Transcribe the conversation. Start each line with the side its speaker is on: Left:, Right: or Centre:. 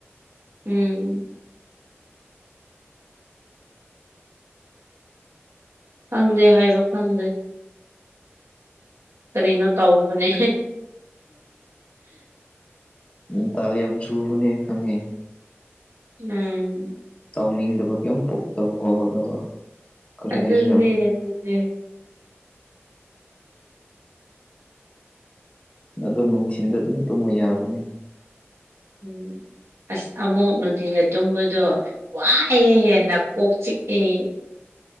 Right: ꯎꯝ ꯈꯪꯗꯦ ꯍꯥꯏꯕ ꯈꯪꯗꯦ ꯀꯔꯤꯅꯣ ꯇꯧꯕꯅꯦ
Left: ꯢꯇꯥꯜ ꯌꯥꯝ ꯆꯨꯕꯅꯦ ꯈꯪꯉꯦ
Right: ꯎꯝ
Left: ꯇꯧꯅꯤꯡꯗꯕ ꯀꯩꯝ ꯄꯣꯛꯇꯕꯀꯣ ꯑꯗꯨꯒ ꯀꯔꯤ
Right: ꯑꯗꯨꯅꯦ
Left: ꯍꯥꯏꯁꯤꯔꯥ
Right: ꯑꯗꯨꯅꯦ
Left: ꯑꯗꯣ ꯅꯨꯡꯊꯤꯟꯗ ꯑꯗꯨꯝ ꯇꯨꯝꯃꯣ ꯌꯥꯕꯅꯤ
Right: ꯎꯝ ꯑꯁ ꯑꯃꯨꯛ ꯅꯨꯡꯊꯤꯟꯗ ꯇꯨꯝꯕꯗꯣ ꯋꯥꯏꯍꯦ ꯍꯦꯟꯅ ꯀꯣꯛ ꯆꯤꯛꯑꯦ